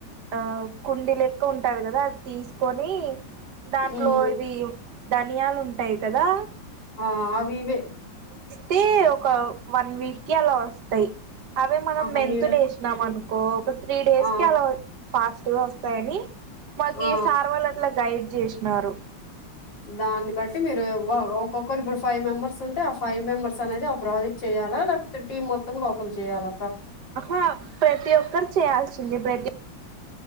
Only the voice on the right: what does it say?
ఆ కుండీ లెక్క ఉంటారు కదా అది తీసుకొని దాంట్లో
ఇవి ధనియాలు ఉంటాయి కదా
తే ఒక వన్ వీక్ కి అలా వస్తాయి అవి
మెంతులు
ఎసినాం అనుకో ఒక త్రీ డేస్
కి అలా ఫాస్ట్గా వస్తాయని మాకు
ఈ సార్ వాళ్ళు అట్లా గైడ్ చేసినారు
అహ ప్రతి ఒక్కరు చేయాల్సింది ప్రతి